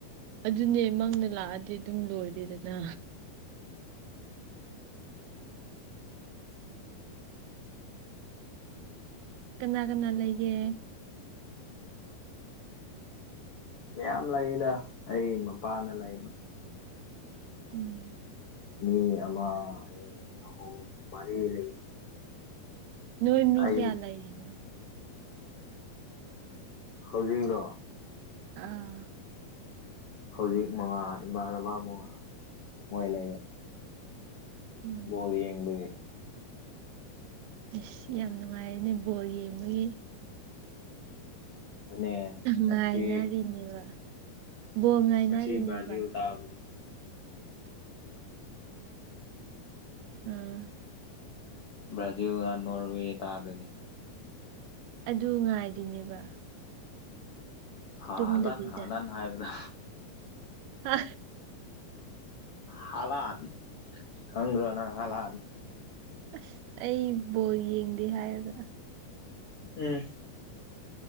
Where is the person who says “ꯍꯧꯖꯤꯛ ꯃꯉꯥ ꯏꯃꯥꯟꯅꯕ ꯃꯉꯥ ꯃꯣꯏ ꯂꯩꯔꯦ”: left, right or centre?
Left